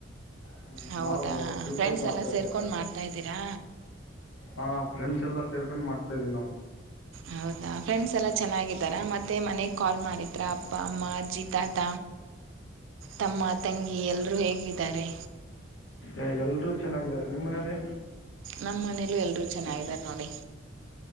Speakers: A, on the left (about 80°); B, on the right (about 75°).
A: ಹ್ಮ
B: ಹೌದಾ
A: ನಾವುು ದುಂಡಾಕ್
B: ಫ್ರೆಂಡ್ಸ್
A: ಮಾಡ್ತಾ
B: ಎಲ್ಲ
A: ಇದ್ದೀರ
B: ಸೇರ್ಕೊಂಡು ಮಾಡ್ತಾ ಇದ್ದೀರಾ
A: ಹಾ ಫ್ರೆಂಡ್ಸ್ ಎಲ್ಲ ಸೇರ್ಕೊಂಡ್ ಮಾಡ್ತಾ ಇದೀವಿ ನಾವು
B: ಹೌದಾ ಫ್ರೆಂಡ್ಸ್ ಎಲ್ಲ ಚೆನ್ನಾಗಿದ್ದಾರ ಮತ್ತೆ ಮನೆ ಕಾಲ್ ಮಾಡಿದ್ರ ಅಪ್ಪ ಅಮ್ಮ ಅಜ್ಜಿ ತಾತ ತಮ್ಮ ತಂಗಿ ಎಲ್ರೂ ಹೇಗಿದ್ದಾರೆ
A: ಏ ಎಲ್ರೂ ಚೆನ್ನಾಗಿದ್ದಾರೆ ನಿಮ್ಮ್ ಮನೇಲಿ
B: ನಮ್ಮನೇಲ್ಲೂ ಎಲ್ರೂ ಚೆನ್ನಾಗಿದ್ದಾರೆ ನೋಡಿ